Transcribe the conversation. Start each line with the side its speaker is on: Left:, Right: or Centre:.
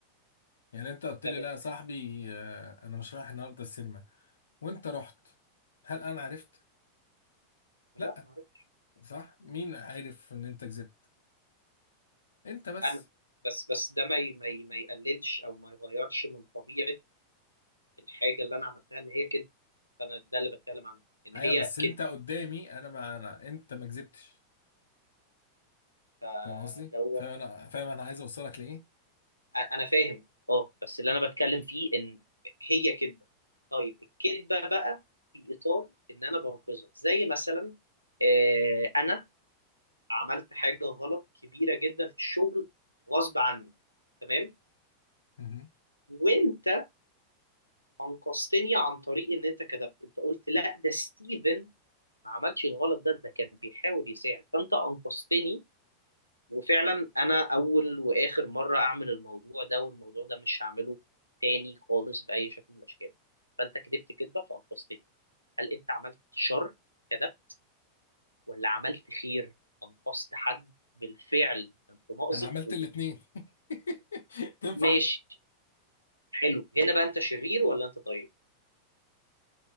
Left: يعني انت قلت
Right: تمام
Left: لي لا يا صاحبي آه، انا مش رايح النهارده السينما وانت رحت هل انا عرفت
Right: لا
Left: لا
Right: معرفش
Left: صح مين عارف ان انت كذبت انت بس
Right: انا بس بس ده ما ي- ما ي- ما يقللش او ما يغيرش من طبيعة الحاجة اللي انا عملتها ان هي كده فانا ده اللي بتكلم عنه ان
Left: ايوه
Right: هي
Left: بس انت
Right: كده
Left: قدامي انا ما انا انت ما كذبتش
Right: فدوت
Left: فاهم قصدي؟ فاهم انا فاهم انا عايز اوصلك لايه؟
Right: انا فاهم اه بس اللي انا بتكلم فيه ان هي كذبه طيب الكذبه بقى في اطار ان انا بنقذها زي مثلا آه، انا عملت حاجه غلط كبيره جدا في الشغل غصب عني تمام
Left: مهم.
Right: وانت انقذتني عن طريق ان انت كذبت انت قلت لا ده ستيفن ما عملش الغلط ده ده كان بيحاول يساعد فانت انقذتني وفعلا انا اول واخر مره اعمل الموضوع ده والموضوع ده مش هعمله تاني خالص باي شكل من الاشكال فانت كدبت كدبه فانقذتني هل انت عملت شر كدب ولا عملت خير انقذت حد بالفعل انت مأزق
Left: انا عملت
Right: وبالفعل
Left: الاتنين <laughs> تنفع؟
Right: ماشي حلو هنا بقى انت شرير ولا انت طيب